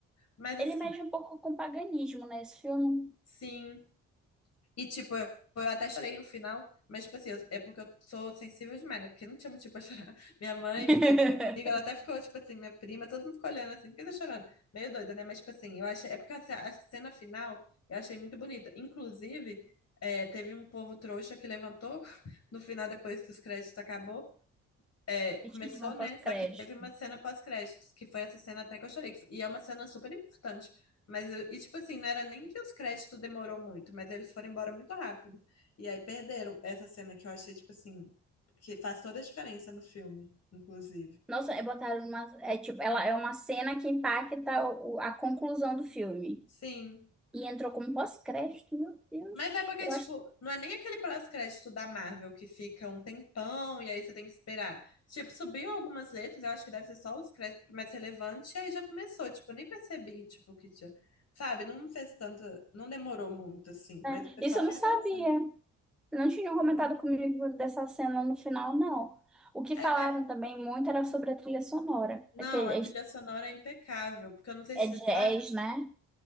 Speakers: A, on the left; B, in the centre.
A: Mas,
B: Ele
A: assim,
B: mexe um pouco com paganismo, né, esse filme?
A: sim. E, tipo, eu, eu até chorei no final. Mas, tipo, assim, eu- é porque eu sou sensível demais, né? Porque não tinha motivo pra chorar. <laughs> Minha mãe
B: <laughs>
A: amiga, ela até ficou, tipo assim, minha prima, todo mundo ficou olhando assim, porque tá chorando. Meio doida, né? Mas, tipo assim, eu achei. É porque assim, a cena final eu achei muito bonita. Inclusive, é, teve um povo trouxa que levantou <laughs> no final, depois que os créditos acabou. É,
B: E
A: começou,
B: tinha uma
A: né?
B: pós-crédito.
A: Só que teve uma cena pós-créditos, que foi essa cena até que eu chorei. que- E é uma cena super importante. Mas, eu- e tipo assim, não era nem que os créditos demorou muito, mas eles foram embora muito rápido. E aí perderam essa cena que eu achei, tipo assim, que faz toda a diferença no filme, inclusive.
B: Nossa, é botaram uma. É, tipo, ela é uma cena que impacta o- a conclusão do filme.
A: Sim.
B: E entrou como pós-crédito, meu Deus.
A: Mas é porque,
B: Eu
A: tipo,
B: acho que.
A: não é nem aquele pós-crédito da Marvel que fica um tempão e aí você tem que esperar. Tipo, subiu algumas letras, eu acho que deve ser só os créditos mais relevantes, e aí já começou. Tipo, eu nem percebi, tipo, que tinha. Sabe, não fez tanta. Não demorou muito, assim, mas
B: É.
A: o pessoal
B: Isso eu
A: quer
B: não sabia.
A: apressar.
B: Não tinham
A: Sim.
B: comentado comigo dessa cena no final, não. O que
A: É,
B: falaram
A: é-
B: também muito era sobre a trilha sonora.
A: Não,
B: Aquele,
A: a trilha sonora é impecável, porque eu não sei
B: É
A: se você
B: jazz,
A: sabe,
B: né?